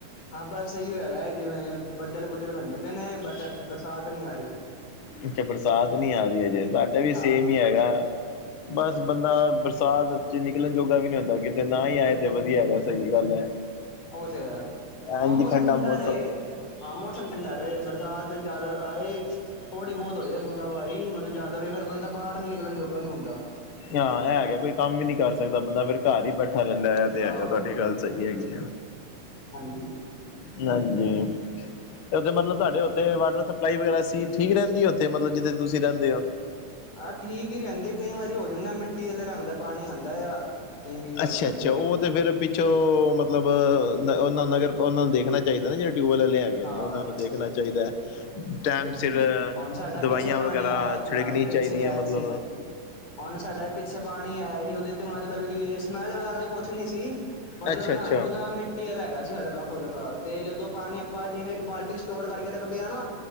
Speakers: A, on the left (about 75°); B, on the left (about 55°).
A: ਹਾਂ, ਬਸ ਸਹੀ ਹੋਇਆ ਜਿਵੇਂ ਬੱਦਲ-ਬੁੱਦਲ ਬਣਨੇ ਪਏ ਨੇ ਬਟ ਬਰਸਾਤ ਨੀ ਆ ਰੀ।
B: ਅਛਾ ਬਰਸਾਤ ਨੀ ਆ ਰਹੀ ਅਜੇ, ਸਾਡਾ ਵੀ ਸੇਮ
A: ਹਾਂ
B: ਈ ਹੈਗਾ। ਬਸ ਬੰਦਾ ਬਰਸਾਤ ਚ ਨਿਕਲਣ ਜੋਗਾ ਵੀ ਨੀ ਹੁੰਦਾ ਕਿਤੇ, ਨਾ ਈ ਆਏ ਤੇ ਵਧੀਆ ਐ, ਸਹੀ ਗੱਲ ਐ।
A: ਉਹ ਤੇ ਹੈ ਹਾਂ
B: ਇੰਜ
A: ਮੌਸਮ
B: ਠੰਡਾ ਮੌਸਮ
A: ਰਹੇ ਹਾਂ, ਮੌਸਮ ਠੰਡਾ ਰਵੇ, ਬਰਸਾਤ ਜ਼ਿਆਦਾ ਆਏ ਥੋੜੀ ਬੋਤ ਹੋ ਜਾਏ ਬੂੰਦਾ ਬਾਰੀ, ਮਤਲਬ ਜ਼ਿਆਦਾ ਫਿਰ ਬੰਦਾ ਬਾਹਰ ਨੀ ਨਿਕਲਨ ਜੋਗਾ ਨੀ ਹੁੰਦਾ।
B: ਹਾਂ ਏ ਹੈਗਾ ਕੋਈ ਕੰਮ ਵੀ ਨੀ ਕਰ ਸਕਦਾ ਬੰਦਾ, ਫੇਰ ਘਰ ਹੀ ਬੈਠ ਠਾ ਰਹਿੰਦਾ ਇਹ ਤੇ
A: ਆਹੋ
B: ਹੈਗਾ, ਤੁਹਾਡੀ ਗੱਲ ਸਹੀ ਹੈਗੀ।
A: ਹਾਂਜੀ
B: ਜੀ ਹਾਂਜੀ। ਉੱਥੇ ਮਤਲਬ ਤਾਡੇ ਉੱਥੇ ਵਾਟਰ ਸਪਲਾਈ ਵਗੈਰਾ ਸੀ ਠੀਕ ਰਹਿੰਦੀ ਐ, ਉੱਥੇ ਮਤਲਬ ਜਿੱਥੇ ਤੁਸੀਂ ਰਹਿੰਦੇ ਔ।
A: ਆਹ ਠੀਕ ਈ ਰਹਿੰਦੇ, ਕਈ ਵਾਰੀ ਹੋ ਜਾਂਦਾ ਮਿੱਟੀ ਆਲੇ ਰੰਗ ਦਾ ਪਾਣੀ ਆਂਦਾ ਆ। ਕਈ ਕਈ ਵਾਰ
B: ਅੱਛਾ
A: ਤੇ ਹੁੰਦਾ
B: ਅੱਛਾ, ਉਹ
A: ਆ
B: ਤੇ ਫੇਰ ਪਿੱਛੋਂ ਮਤਲਬ ਉਹ ਨ ਨਗਰ ਉਹਨਾਂ ਨੂੰ ਦੇਖਣਾ ਚਾਈਦਾ ਨਾ, ਜਿਹੜੇ ਟਿਊਬਵੈਲ ਆਲੈ ਐ। ਹੈਗੇ
A: ਹਾਂ
B: ਨੇ ਉਹਨਾਂ ਨੂੰ ਦੇਖਣਾ ਚਾਈਦਾ ਐ, ਟੈਮ
A: ਹਮ
B: ਸਿਰ,
A: ਹੁਣ ਸਾਡਾ
B: ਦਵਾਈਆਂ
A: ਪਿੱਛੇ ਪਾਣੀ
B: ਵਗੈਰਾ
A: ਆਇਆ ਅ
B: ਛਿੜਕਨੀ
A: ਪਿੱਛੇ
B: ਚਾਈਦੀਆਂ
A: ਆਇਆ
B: ਮਤਲਬ।
A: ਸੀ ਹੁਣ ਸਾਡਾ ਪਿੱਛੇ ਪਾਣੀ ਆਇਆ ਹੀ ਉਹਦੇ ਤੇ ਮਤਲਬ ਕਿ ਸਮੈਲ ਵਗੈਰਾ ਤ ਕੁੱਛ ਨੀ ਸੀ, ਮਤਲਬ
B: ਅੱਛਾ ਅੱਛਾ
A: ਰੰਗ ਉਹਦਾ ਮਿੱਟੀ ਵਾਲਾ ਹੈਗਾ ਸੀ ਹਲਕਾ-ਫੁਲਕਾ, ਤੇ ਜਦੋਂ ਪਾਣੀ ਆਪਾਂ ਜਿਵੇਂ ਇੱਕ ਬਾਲਟੀ ਸਟੋਰ ਕਰਕੇ ਰੱਖਦੇ ਆ ਨਾ,